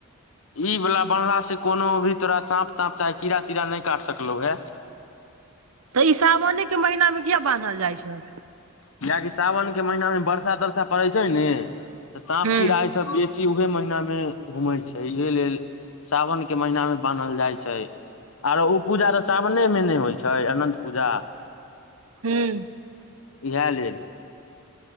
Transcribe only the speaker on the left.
ई वाला बन्हला सऽ कोनो भी तोरा साँप ताँप चाहे कीड़ा तीड़ा नै काट सकलौ है।
कियाकि सावन के महीना मे बरसा तरसा पड़ै छै ने त साँप
कीड़ा अइस बेसी उहे महीना मे घुमै छै इहे लेल सावनके महिनामे बान्हल जाइ छै। आरो उ पूजा तऽ सावने मे ने होइ छै अनन्त पूजा।
इहा लेल।